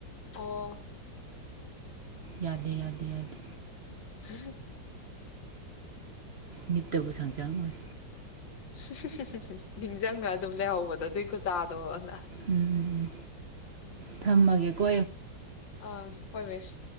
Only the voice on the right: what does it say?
ꯌꯥꯗꯦ ꯌꯥꯗꯦ ꯌꯥꯗꯦ
ꯅꯤꯠꯇꯕꯨ ꯍꯪꯆꯥꯡ ꯑꯣꯏ
ꯎꯝꯝꯝ ꯊꯝꯃꯒꯦ ꯀꯣ